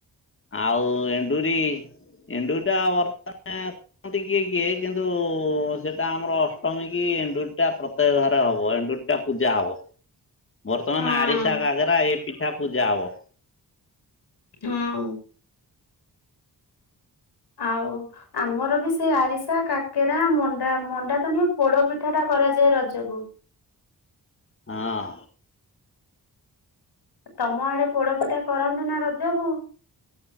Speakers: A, on the left (about 35°); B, on the left (about 85°).
A: ଆଉ ଏଣ୍ଡୁରି, ଏଣ୍ଡୁରି ଟା ବ <unintelligible> କିଏ କିଏ କିନ୍ତୁ-ଉ-ଉ ସେଟା ଆମର ଅଷ୍ଟମୀ କି ଏଣ୍ଡୁରଟା ପ୍ରତ୍ୟକ ଘରେ ହବ। ଏଣ୍ଡୁରିଟା ପୂଜା ହବ। ବର୍ତ୍ତମାନ
B: ହଁ
A: ଆରିସା, କାକେରା ଏ ପିଠା ପୂ ଜା ହେବ।
B: ହଁ। ଆଉ ଆମର ବି ସେଇ ଆରିସା, କାକେରା, ମଣ୍ଡା, ମଣ୍ଡା ତ ନୁହେ ପୋଡ ପିଠା ଟା କରାଯାଏ ରଜକୁ।
A: ହଁ।
B: ତମ ଆଡେ ପୋଡ ପିଠା କରନ୍ତି ନା ରଜକୁ?